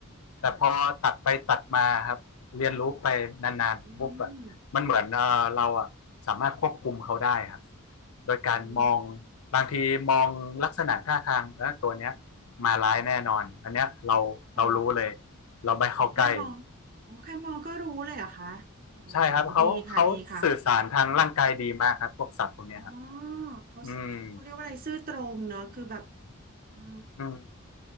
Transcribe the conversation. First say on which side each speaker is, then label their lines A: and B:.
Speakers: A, on the right; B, on the left.
A: ค่ะ
B: แต่พอตัดไปตัดมาครับเรียนรู้ไปนานๆปุ๊บอะมันเหมือนเออเราอะสามารถควบคุมเขาได้ครับ
A: อืม
B: โดยการมอง
A: อืม
B: บางทีมองลักษณะท่าทางแล้วตัวเนี้ยมาร้ายแน่นอนอันเนี้ยเราเรารู้เลย
A: อ๋อ
B: เราไปเข้าใกล้
A: อ๋อแค่มองอ๋อแค่มองก็รู้เลยเหรอคะโอ้
B: ใช่ครับเขาเขาสื่อสารทางร่างกายดีมากครับพวกสัตว์พวกเนี้ยครับ
A: ดีค่ะดีค่ะอ๋อเขาเขาเขาเรียกว่าอะไรซื่อตรงเนอะคือแบบ
B: อืม
A: อ๋อ
B: อืม